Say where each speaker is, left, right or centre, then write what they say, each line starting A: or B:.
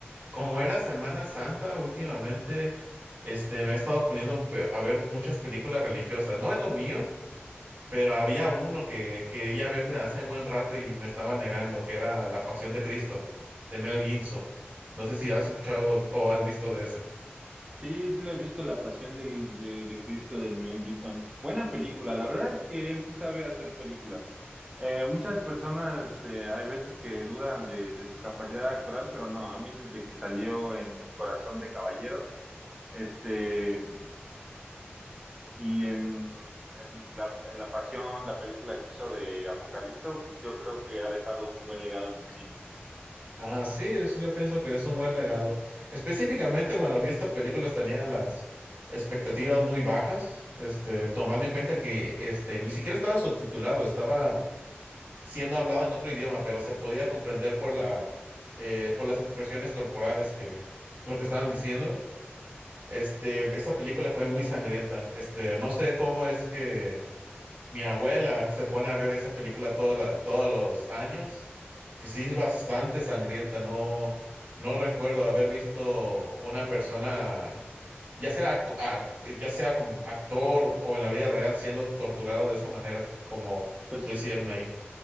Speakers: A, on the right; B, on the right.
A: como era Semana Santa últimamente, este, me he estado poniendo ve- a ver muchas películas religiosas. No es lo mío, pero había uno que quería ver desde hace buen rato y me estaba negando, que era La Pasión de Cristo, de Mel Gibson. No sé si has escuchado o has visto de ese.
B: Sí, sí, le he visto La Pasión del, de, de Cristo del Mel Gibson. Buena película, la verdad es que él sí sabe hacer películas. Eh, muchas personas eh, hay veces que dudan de, de su capacidad actoral, pero no, a mí desde que salió en Corazón de Caballero, este, y en, en la, en La Pasión, la película que hizo de Apocalipto, yo creo que ha dejado un buen legado en el cine.
A: Ah, sí, sí, yo pienso que es un buen legado. Específicamente, bueno, vi esta película, tenía las expectativas muy bajas, este, tomando en cuenta que este, ni siquiera estaba subtitulado, estaba siendo hablado en otro idioma, pero se podía comprender por la, eh, por las expresiones corporales que lo que estaban diciendo. Este, esta película fue muy sangrienta. Este, no sé cómo es que mi abuela se pone a ver esa película toda la- todos los años, que sí es bastante sangrienta. No, no recuerdo haber visto una persona, ya sea, co- a- ya sea como actor o en la vida real, siendo torturado de esa manera, como
B: Pues
A: lo hicieron ahí.